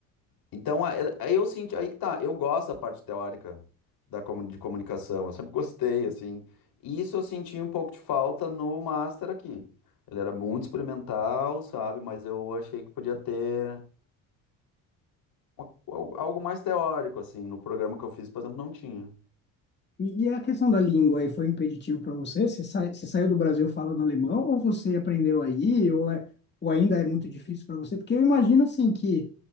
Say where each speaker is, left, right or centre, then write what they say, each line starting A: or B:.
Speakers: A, on the left; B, on the left.
A: então, a- aí eu senti, aí que tá, eu gosto da parte teórica da, comu- de comunicação, eu sempre gostei, assim, e isso eu senti um pouco de falta no Master aqui. Ele era muito experimental, sabe, mas eu achei que podia ter uma- al- algo mais teórico, assim, no programa que eu fiz, por exemplo, não tinha.
B: E, e a questão da língua aí foi impeditivo para você? Você, sai, você saiu do Brasil falando alemão ou você aprendeu aí? Ou, é, ou ainda é muito difícil para você? Porque eu imagino assim que